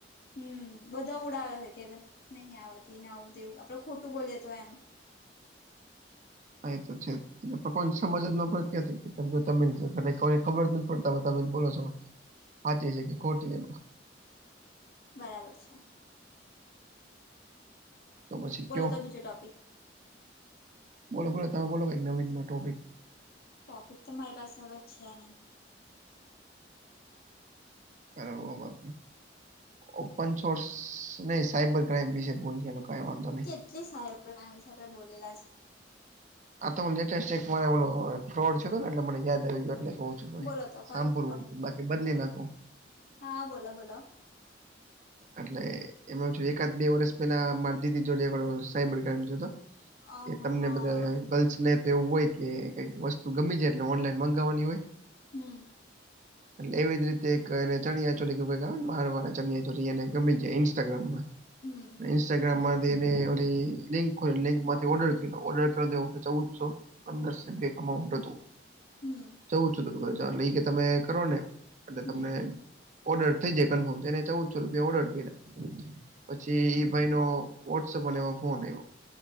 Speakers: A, on the left; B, on the right.
A: હમ બધા ઉડાવે હોય કે નહીં આવડતીને આવુ કે તેવું આપડે ખોટું બોલઈ તે એમ
B: હા ઇતો છે કોઈ ને સમજ નો પડતી કોઈને ખબર નથી પડતા તમે તમે બોલો છો સાચી છે કે ખોટી
A: બરાબર છે
B: તો પછી
A: બોલો
B: કયો
A: તો બીજો ટોપિક
B: બોલો બોલો તમે બોલો કઈ નવીનમાં ટોપિક
A: ટોપિક તો મારી પાસે હવે છે નઈ
B: તારા બોબા ઓપન સોર્સ નહી સાયબર ક્રાઈઇમ વિશે ભૂલ કઈ વાંધો નહી
A: કેટલી સાહેબ વિશે આપણે બોલેલા છે
B: આ તો લેટેસ્ટ એક મા એ ફ્રોડ થયો તો ને એટલે મને યાદ આવી ગયો એટલે
A: બોલો તો કયો
B: સાંપુર
A: ફ્રોડ
B: હોય બાકી બદલી નાખો
A: હા બોલો બોલો
B: એટલે એમાં એકાદ બે વર્ષ પેલા માર દીદી જોડે સાયબર ક્રાઈમ થયો તો
A: અ
B: કે તમને
A: હા
B: બધા ગર્લ્સને એવું હોય કે કઈક વસ્તુ ગમી જાય એટલે ઓનલાઈન મંગાવવાની હોય
A: હમ
B: એટલે એવી જ રીતે એક એને ચણયાચોલી આવે ને મારવાડા ચણિયાચોળી એને ગમી ગયા ઈન્સ્ટાગ્રામમાં
A: હમ
B: ઇન્સ્ટાગ્રામ માંથી એને ઓલી લિંક ખોલી લિંક માંથી ઓર્ડર કર ઓર્ડર કર ચૌવુદસો પંદરસો <unintelligible> કમાઉન્ટ હતું
A: હમ
B: જઉું છું તો ચ લઈ કે તમે કરો ને એટલે
A: હમ
B: તમને ઓર્ડર થઈ જાય કન્ફર્મ થય જાય ચૌવુદસો રૂપિયા ઓર્ડર કર્યા પછી એ ભાઈ નો વોટસઅપ એમાં ફોન આવવા